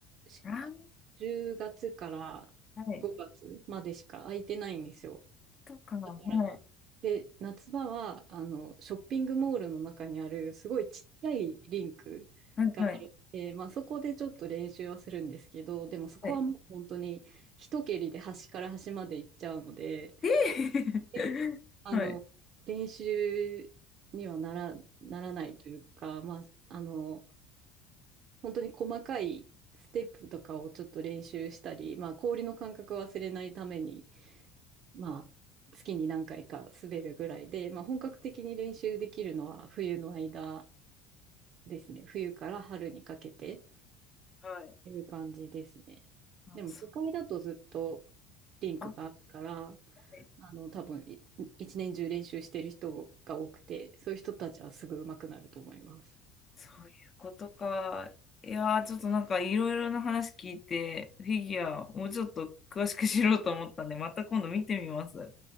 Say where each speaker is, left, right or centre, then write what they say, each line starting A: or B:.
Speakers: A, on the right (about 55°); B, on the left (about 35°).
A: し
B: あ
A: 10月から5月までしか空いてないんですよ。
B: ー、はい。とか、はい。
A: だから、で、夏場は、あの、ショッピングモールの中にある、すごいちっちゃいリンクがある。
B: はい、はい、
A: えまあ、そこでちょっと練習はするんですけど、でもそこはもう本当に一蹴りで端から端まで行っちゃうので、
B: はい。え
A: であの、
B: え <laughs> はい。
A: 練習にはなら、ならないというか、まあ、あの、本当に細かいステップとかをちょっと練習したり、まあ、氷の感覚を忘れないために、まあ、月に何回か滑るぐらいで、まあ、本格的に練習できるのは冬の間ですね。冬から春にかけて
B: はい。
A: という感じですね。
B: あ、
A: でも、
B: そう、
A: 都会だとずっとリンクがあるから、
B: あ、はい
A: あの、多分い一年中練習してる人が多くて、そういう人たちはすぐ上手くなると思います。
B: そういうことか。いやー、ちょっとなんかいろいろな話聞いて、フィギュア、もうちょっと詳しく知ろうと思ったんで、また今度見てみます。